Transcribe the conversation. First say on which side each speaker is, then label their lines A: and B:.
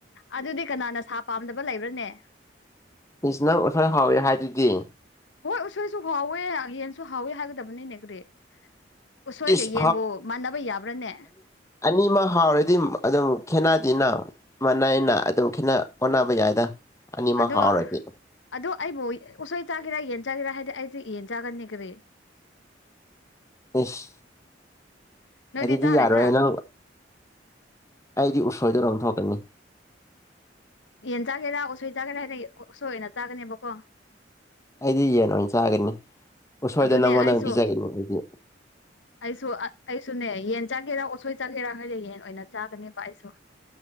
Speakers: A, on the left; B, on the left.
A: ꯑꯗꯨꯗꯤ ꯀꯅꯥꯅ ꯁꯥ ꯄꯥꯝꯗꯕ ꯂꯩꯕ꯭ꯔꯥꯅꯦ
B: ꯃꯤꯁꯅ ꯑꯨꯠꯍꯣꯏ ꯍꯥꯎꯋꯦ ꯍꯥꯏꯗꯨꯗꯤ
A: ꯍꯣꯏ ꯎꯁꯣꯏꯁꯨ ꯍꯥꯎꯋꯦ ꯌꯦꯟꯁꯨ ꯍꯥꯎꯋꯦ ꯍꯥꯏꯒꯗꯕꯅꯤꯅꯦ ꯀꯔꯤ ꯎꯁꯣꯏꯒ
B: ꯏꯁ
A: ꯌꯦꯟꯕꯨ ꯃꯥꯟꯅꯕ ꯌꯥꯕ꯭ꯔꯥꯅꯦ
B: ꯑꯅꯤꯃ ꯍꯥꯎꯔꯗꯤ ꯑꯗꯨꯝ ꯈꯦꯅꯗꯦꯅ ꯃꯥꯅꯏꯑꯅ ꯑꯗꯨꯝ ꯈꯤꯠꯅ ꯍꯣꯠꯅꯕ ꯌꯥꯏꯗ ꯑꯅꯤꯃꯛ
A: ꯑꯗꯣ
B: ꯍꯥꯎꯔꯗꯤ
A: ꯑꯗꯣ ꯑꯩꯕꯨ ꯎꯁꯣꯏ ꯆꯥꯒꯦꯔꯥ ꯌꯦꯟ ꯆꯥꯒꯦꯔꯥ ꯍꯥꯏꯗꯤ ꯑꯩꯁꯦ ꯌꯦꯟ ꯆꯥꯒꯅꯤ ꯀꯔꯤ
B: ꯢꯁ
A: ꯅꯣꯏꯗꯤ
B: ꯑꯗꯨꯗꯤ
A: ꯆꯥꯔꯣꯏꯗ꯭ꯔꯥ
B: ꯌꯥꯔꯣꯏ ꯅꯪ ꯑꯩꯗꯤ ꯎꯁꯣꯏꯗ ꯂꯧꯊꯣꯛꯀꯅꯤ
A: ꯌꯦꯟ ꯆꯥꯒꯦꯔꯥ ꯎꯁꯣꯏ ꯆꯥꯒꯦꯔꯥ ꯍꯥꯏꯅ ꯎꯁꯣꯏꯅ ꯆꯥꯒꯅꯦꯕꯀꯣ
B: ꯑꯩꯗꯤ ꯌꯦꯟ ꯑꯣꯏꯅ ꯆꯥꯒꯅꯤ ꯎꯁꯣꯏꯗꯅ
A: ꯑꯗꯨꯅꯦ
B: ꯅꯪꯉꯣꯟꯗ
A: ꯑꯩꯁꯨ
B: ꯑꯣꯏꯅ ꯄꯤꯖꯒꯅꯤ ꯑꯩꯗꯤ
A: ꯑꯩꯁꯨ ꯑꯩꯁꯨꯅꯦ ꯌꯦꯟ ꯆꯥꯒꯦꯔꯥ ꯑꯣꯁꯣꯏ ꯆꯥꯒꯦꯔꯥ ꯍꯥꯏꯁꯦ ꯌꯦꯟ ꯑꯣꯏꯅ ꯆꯥꯒꯅꯦꯕ ꯑꯩꯁꯨ